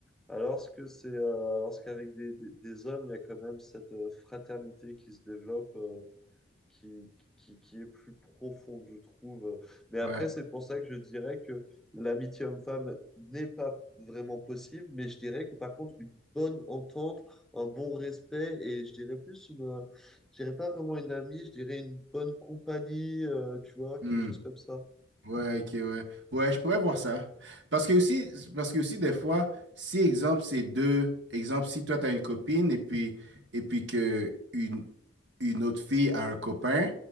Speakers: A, in the centre; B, on the right (about 75°).
A: Alors que c'est, euh, alors qu'avec des, des- des hommes, il y a quand même cette euh, fraternité qui se développe. euh, qui, qui, qui est plus profonde, je trouve. Mais après,
B: ouais.
A: c'est pour ça que je dirais que l'amitié homme-femme n'est pas vraiment possible, mais je dirais que par contre, une bonne entente, un bon respect, et je dirais plus une, euh, je dirais pas vraiment une amie, je dirais une bonne compagnie, euh, tu vois, quelque
B: Hmm.
A: chose comme ça.
B: Ouais, ok, ouais. Ouais, je pourrais voir ça. Parce que aussi, parce que aussi des fois, si exemple c'est deux, exemple si toi t'as une copine et puis et puis que une une autre fille a un copain,